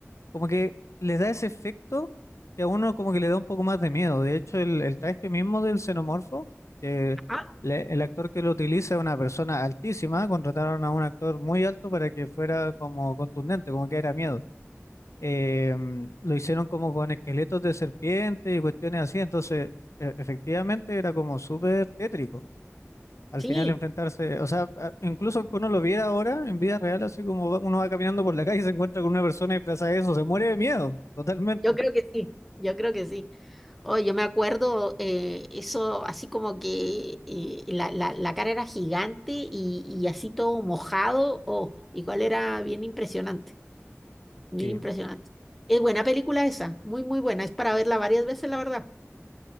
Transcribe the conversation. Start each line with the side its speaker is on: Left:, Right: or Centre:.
Left: como que le da ese efecto que a uno como que le da un poco más de miedo. De hecho, el, el traje mismo del xenomorfo, que
Centre: Ajá,
Left: le- el actor que lo utiliza es una persona altísima, contrataron a un actor muy alto para que fuera como contundente, como que era miedo. Eh, mm, lo hicieron como con esqueletos de serpiente y cuestiones así, entonces e- efectivamente era como súper tétrico. Al
Centre: sí,
Left: final enfrentarse, o sea, a- incluso aunque uno lo viera ahora en vida real, así como va- uno va caminando por la calle y se encuentra con una persona disfrazada de eso, se muere de miedo, totalmente.
Centre: yo creo que sí, yo creo que sí. Oh, yo me acuerdo eh, eso así como que eh, la, la- la cara era gigante y, y así todo mojado. Oh, igual era bien impresionante, bien
Left: Sí,
Centre: impresionante. Es buena película esa, muy, muy buena. Es para verla varias veces, la verdad.